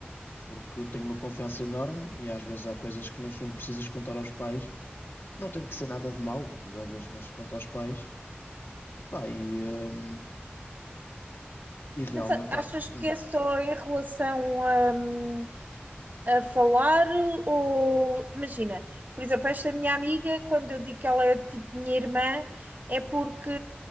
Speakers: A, on the left (about 70°); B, on the right (about 45°).
A: porque eu tenho uma confiança enorme e às vezes há coisas que não são precisas contar aos pais. Não tem que ser nada de mau, mas às vezes não se conta aos pais. Pá, e, hum, e realmente
B: Mas a- achas
A: há-
B: que
A: hum,
B: é só em relação a, hum, a falar ou imagina, por exemplo, esta minha amiga, quando eu digo que ela é tipo minha irmã, é porque,